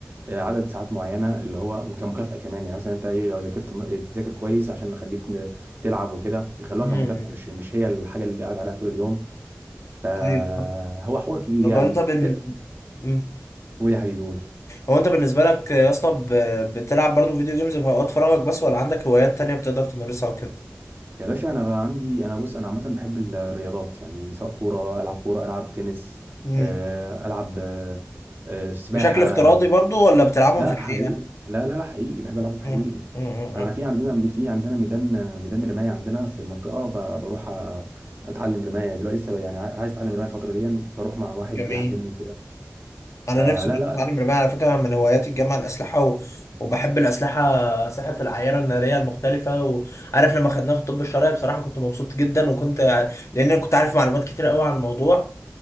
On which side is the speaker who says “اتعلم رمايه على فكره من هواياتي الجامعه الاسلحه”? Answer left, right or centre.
Left